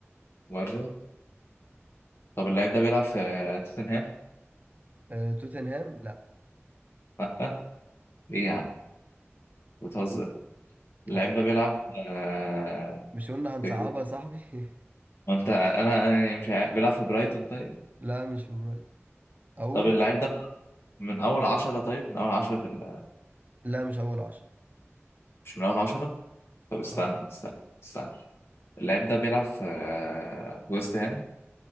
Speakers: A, on the left; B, on the right.
A: برضه طب اللعيب ده بيلعب في آه، توتنهام
B: آه توتنهام لا
A: لا إيه يا عم بتهزر اللعيب
B: آه.
A: ده بيلعب آه،
B: مش قلنا هنصعبها
A: في
B: يا صاحبي <laughs>
A: وأنت أنا أنا يعني مش عارف بيلعب في برايتون طيب
B: لا مش في برايتون اقول
A: طب اللعيب ده من أول عشرة طيب من أول عشرة في ال...
B: لا مش اول عشر
A: مش من أول عشرة طب استنى
B: اه
A: استنى استنى اللاعب ده بيلعب في آه، ويست هام